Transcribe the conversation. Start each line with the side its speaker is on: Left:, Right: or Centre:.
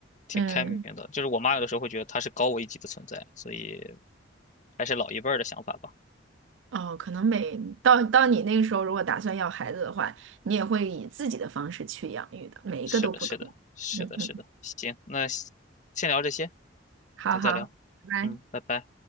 Left: 挺开明的。
Right: 嗯，
Left: 就是我妈有的时候会觉得她是高我一级的存在，所以还是老一辈儿的想法吧。
Right: 哦，可能每到到你那个时候，如果打算要孩子的话，你也会以自己的方式去养育的，每一个都不同。
Left: 是的，是的，是的，
Right: 嗯嗯，
Left: 是的。行，那先聊这些，改
Right: 好好。
Left: 天再聊。
Right: 拜拜。
Left: 嗯，拜拜。